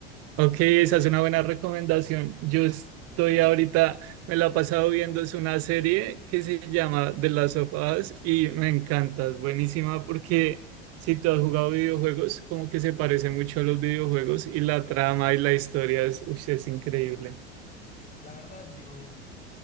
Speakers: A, on the right (about 50°); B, on the left (about 25°).
A: Ok, esa es una buena recomendación. Yo estoy ahorita, me la he pasado viendo, es una serie que se llama The Last of Us y me encanta, es buenísima porque si tú has jugado videojuegos, como que se parece mucho a los videojuegos
B: Claro,
A: y la
B: claro.
A: trama y la historia es, uy, es increíble.
B: La verdad, yo,